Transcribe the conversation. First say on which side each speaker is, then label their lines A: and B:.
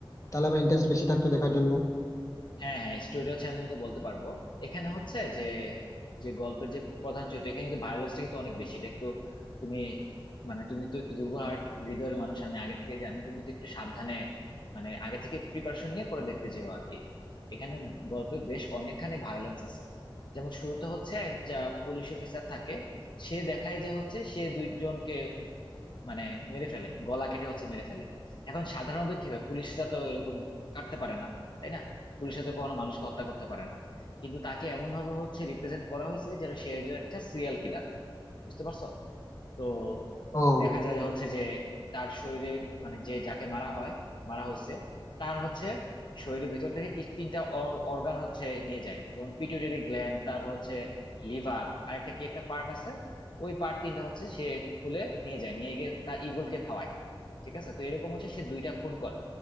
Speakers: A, on the left; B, on the left.
A: তাহলে আমার ইন্টারেস্ট বেশি থাকতো দেখার জন্য
B: হ্যাঁ হ্যাঁ স্টোরিটা হচ্ছে আমি তোমাকে বলতে পারবো এখানে হচ্ছে যে যে গল্পের যে প্রধান চরিত্র এখানে কিন্তু ভায়োলেন্সটা কিন্তু অনেক বেশি এটা একটু তুমি মানে তুমি তো একটু দুর্বল আর হৃদয়ের মানুষ আমি আগে থেকে জানি তুমি তো একটু সাবধানে মানে আগে থেকে প্রিপারেশন নিয়ে পরে দেখতে যেও আর কি এখানে গল্পে বেশ অনেকখানি ভায়োলেন্স আছে যেমন শুরুতে হচ্ছে এক যা পুলিশ অফিসার থাকে সে দেখায় যে হচ্ছে সে দুইজনকে মানে মেরে ফেলে গলা কেটে হচ্ছে মেরে ফেলে এখন সাধারণত কি হয় পুলিশরা তো এরকম কাটতে পারে না তাই না পুলিশরা তো কখনো মানুষকে হত্যা করতে পারে না কিন্তু তাকে এমন ভাবে হচ্ছে রিপ্রেজেন্ট করা হয়েছে যেন সে একজন একটা সিরিয়াল কিলার বুঝতে পারছো তো
A: ও
B: দেখা যায় হচ্ছে যে তার শরীরে মানে যে যাকে মারা হয় মারা হয়েছে তার হচ্ছে শরীরের ভিতর থেকে কিছু তিনটা অর্গান হচ্ছে নিয়ে যায় যেমন পিটুইটারি গ্ল্যান্ড তারপর হচ্ছে লিভার আর একটা কি একটা পার্ট আছে ওই পার্ট তিনটা হচ্ছে সে খুলে নিয়ে যায় নিয়ে গিয়ে তার ইগলকে খাওয়ায় ঠিক আছে তো এরকম হচ্ছে সে দুইটা খুন করে